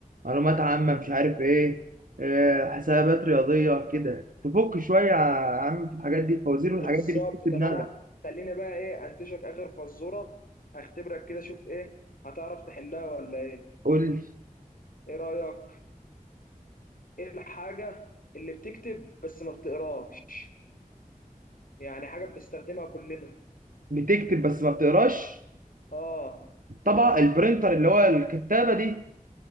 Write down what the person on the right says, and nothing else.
معلومات عامه مش عارف ايه آه، حسابات رياضيه كده تفك شويه يا عم في الحاجات دي الفوازير والحاجات
دي بتكتب
دماغك
قول لي
بتكتب بس ما بتقراش
طبعا البرينتر اللي هو الكتابه دي